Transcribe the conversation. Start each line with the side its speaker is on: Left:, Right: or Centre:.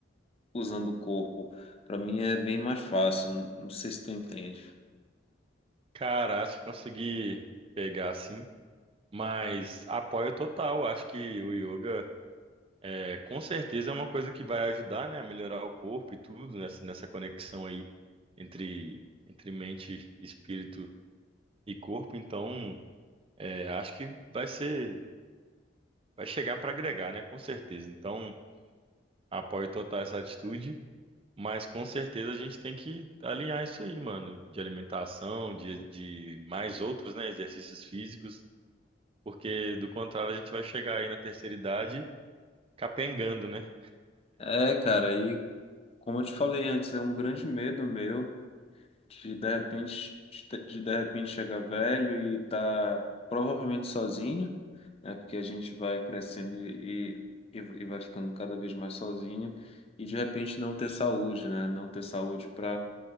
Left: usando o corpo. Para mim é bem mais fácil. Não não sei se tu entende.
Right: Cara, acho que consegui pegar, assim, mas apoio total, acho que o yoga. É, com certeza é uma coisa que vai ajudar, né, a melhorar o corpo e tudo, nessa, nessa conexão aí entre, entre mente, espírito e corpo. Então, é, acho que vai ser, vai chegar para agregar, né, com certeza. Então, apoio total essa atitude, mas com certeza a gente tem que alinhar isso aí, mano, de alimentação, de, de mais outros, né, exercícios físicos, porque do contrário a gente vai chegar aí na terceira idade capengando, né?
Left: É, cara, e como eu te falei antes, é um grande medo meu de de repente, de de de repente chegar velho e tá provavelmente sozinho. É porque a gente vai crescendo e, e, e vai ficando cada vez mais sozinho e de repente não ter saúde, né? Não ter saúde para